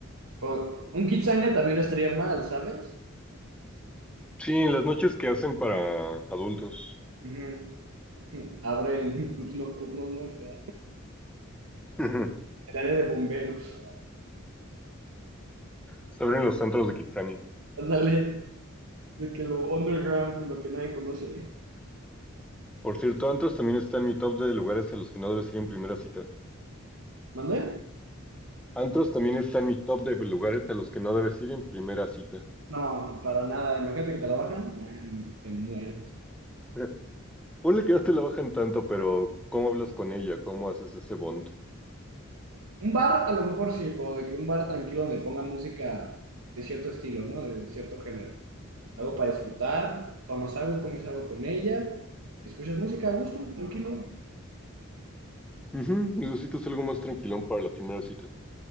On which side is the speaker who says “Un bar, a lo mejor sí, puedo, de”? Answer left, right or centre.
Right